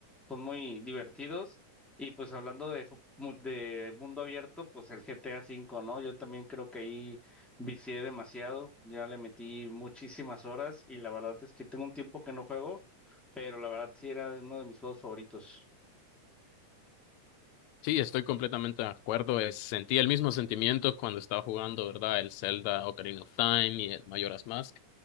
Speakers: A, in the centre; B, on the left.
A: Son muy divertidos. Y pues hablando de, ju- mu- de mundo abierto, pues el GTA V, ¿no? Yo también creo que ahí Vicié demasiado, ya le metí muchísimas horas y la verdad es que tengo un tiempo que no juego, pero la verdad sí era uno de mis juegos favoritos.
B: Sí, estoy completamente de acuerdo. Eh, Sentí el mismo sentimiento cuando estaba jugando, ¿verdad? El Zelda Ocarina of Time y el Majora's Mask.